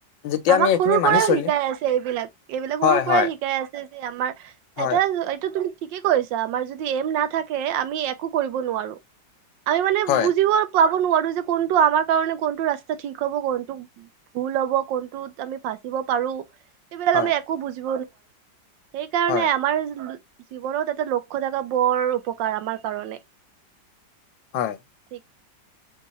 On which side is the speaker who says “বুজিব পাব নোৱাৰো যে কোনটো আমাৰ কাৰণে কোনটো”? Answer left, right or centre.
Right